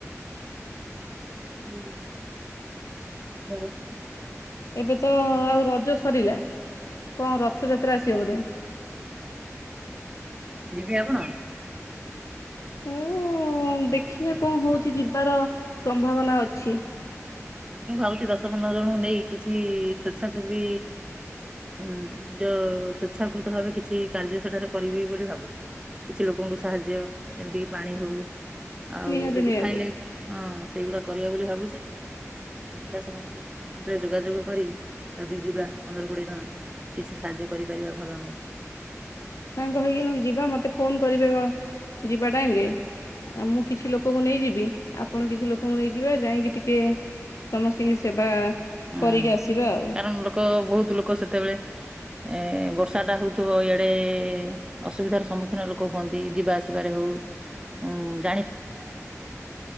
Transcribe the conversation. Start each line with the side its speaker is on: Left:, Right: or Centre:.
Right: ହୁଁ ସମସ୍ୟା।
Left: ଏବେ ତ ଆଉ ରଜ ସରିଲା। କଣ ରଥଯାତ୍ରା ଆସିବ ବୋଧେ।
Right: ଯିବେ ଆପଣ?
Left: ହୁଁ ଦେଖିବା କଣ ହଉଛି ଯିବାର ସମ୍ଭାବନା ଅଛି।
Right: ମୁଁ ଭାବୁଛି ଦଶ ପନ୍ଦର ଜଣଙ୍କୁ ନେଇ କିଛି ସ୍ଵେଚ୍ଛାସେବୀ ଉଁ ନିଜ ସ୍ଵେଚ୍ଛାକୃତ ଭାବେ କିଛି କାର୍ଯ୍ୟ ସେଠାରେ କରିବି ବୋଲି ଭାବୁଛି କିଛି ଲୋକଙ୍କ ସାହାଯ୍ୟ ଏମିତି କି ପାଣି ହଉ ଆଉ
Left: ନିହାତି
Right: ଯଦି
Left: ନିହାତି
Right: ଖାଇଲେ ହଁ ସେଇଗୁଡା କରିବା ବୋଲି ଭାବୁଛି। ଦେଖିବା ସମସ୍ତେ ଫୋନରେ ଯୋଗାଯୋଗ କରି ଯଦି ଯିବା ପନ୍ଦର କୋଡିଏ ଜଣ କିଛି ସାହାଯ୍ୟ କରିପାରିବା ଭଲ ହବ।
Left: ତାଙ୍କ ହେଇକି ନହେଲେ ଯିବା ମୋତେ ଫୋନ କରିବେ ଯିବା ଟାଇମରେ। ମୁଁ - କିଛି ଲୋକଙ୍କୁ ନେଇଯିବି ଆପଣ କିଛି ଲୋକଙ୍କୁ ନେଇଯିବେ ଯାଇକି ଟିକିେ ସମସ୍ତିଙ୍କି ସେବା
Right: ହୁଁ
Left: କରିକି ଆସିବା ଆଉ
Right: କାରଣ ଲୋକ ବହୁତ ଲୋକ ସେତେବେଳେ ଏ ବର୍ଷାଟା ହଉଥିବ ଇଆଡେ ଅସୁବିଧାର ସମ୍ମୁଖୀନ ଲୋକ ହୁଅନ୍ତି ଯିବା ଆସିବାରେ ହଉ ହୁଁ ଜାଣି